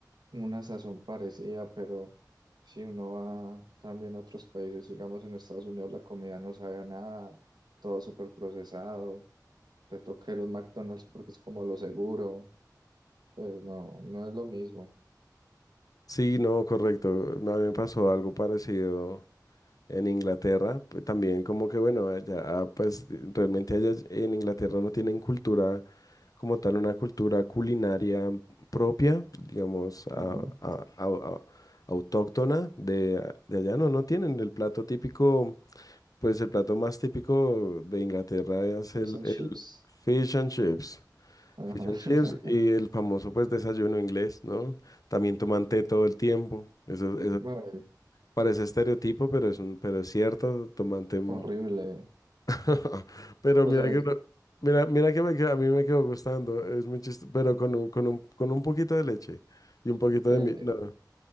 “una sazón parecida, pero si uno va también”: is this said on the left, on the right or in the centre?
Right